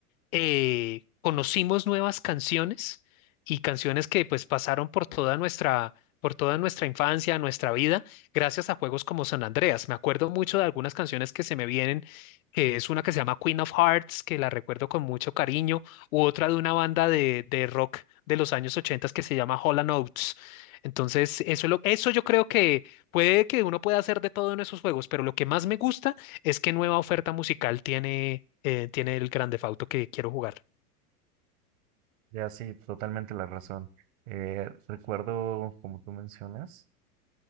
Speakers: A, on the left (about 60°); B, on the right (about 55°).
A: eh, conocimos nuevas canciones y canciones que pues pasaron por toda nuestra, por toda nuestra infancia, nuestra vida, gracias a juegos como San Andreas. Me acuerdo mucho de algunas canciones que se me vienen, que es una que se llama Queen of Hearts, que la recuerdo con mucho cariño, u otra de una banda de, de rock de los años 80 que se llama Hall and Oates. Entonces, eso, es lo- eso yo creo que Puede que uno pueda hacer de todo en esos juegos, pero lo que más me gusta es qué nueva oferta musical tiene, eh, tiene el Grand Theft Auto que quiero jugar.
B: Ya sí, totalmente la razón. Eh, recuerdo, como tú mencionas,